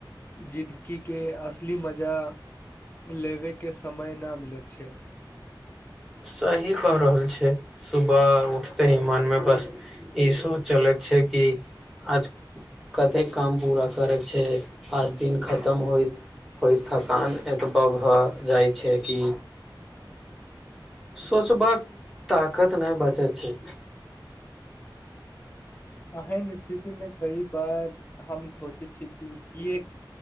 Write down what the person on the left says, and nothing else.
जिन्दगी के असली मजा लेबैके समय नहि मिलैत छै।
एहन स्थिति मे कई बार हम सोचे छिय कि एक